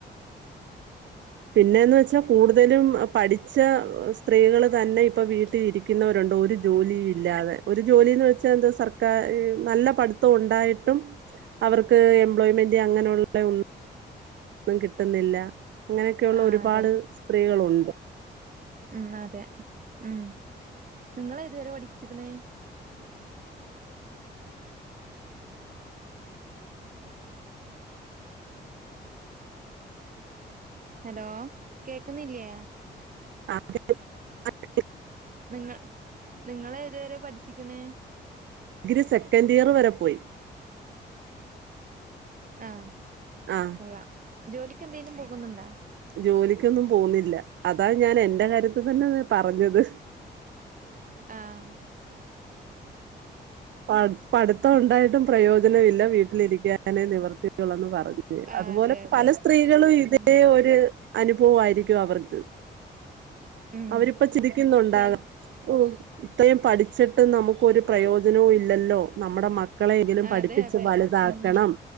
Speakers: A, on the right; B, on the right.
A: പിന്നേന്ന് വെച്ചാ കൂടുതലും പഠിച്ച സ്ത്രീകള് തന്നെ ഇപ്പ വീട്ടി ഇരിക്കുന്നവരുണ്ട് ഒരു ജോലി ഇല്ലാതെ. ഒരു ജോലിന്ന് വെച്ചാ എന്താ സർക്കാ നല്ല പഠിത്തം ഉണ്ടായിട്ടും അവർക്ക് എംപ്ലോയ്മെന്റ് അങ്ങനെയുള്ള ഒന്ന് ഒന്നും കിട്ടുന്നില്ല അങ്ങനെയൊക്കെയുള്ള
B: ആഹ്
A: ഒരുപാട്
B: അതെ
A: സ്ത്രീകളൊണ്ട്
B: ഉം അതെ ഉം നിങ്ങളേതുവരെ പഠിച്ചെക്കണ് ഹലോ കേക്കുന്നില്ലേ
A: ആ കേൾ <unintelligible>
B: നിങ്ങ നിങ്ങളേതുവരെ പഠിച്ചിക്കണ്
A: ഗ്രി സെക്കൻഡ് ഇയർ വരെ പോയി
B: ആ
A: ആ
B: കൊള്ളാം ജോലിക്ക് എന്തേലും പോകുന്നുണ്ടാ?
A: ജോലിക്കൊന്നും പോകുന്നില്ല. അതാ ഞാൻ എന്റെ കാര്യത്തി തന്നെ പറഞ്ഞത്
B: ആഹ്
A: പ പഠിത്തം ഒണ്ടായിട്ടും പ്രയോജനവില്ല വീട്ടിലിരിക്കാനെ നിവർത്തിയുള്ളെന്ന് പറഞ്ഞ
B: ആഹ്
A: അതുപോലെ
B: അതെ അതെ
A: പല സ്ത്രീകളും ഇതേ
B: ഉം
A: ഒരു അനുഭവായിരിക്കും അവർക്ക്
B: ഉം
A: അവരിപ്പ ചിരിക്കുന്നുണ്ടാകാം
B: ചെൽ
A: ഓ ഇത്രയും പഠിച്ചിട്ട് നമു ഒരു പ്രയോജനവും ഇല്ലല്ലോ നമ്മുടെ മ ക്കളെങ്കിലും
B: ആഹ്
A: പഠിപ്പിച്ച്
B: അതെ അതെ
A: വലുതാക്കണം
B: ഉം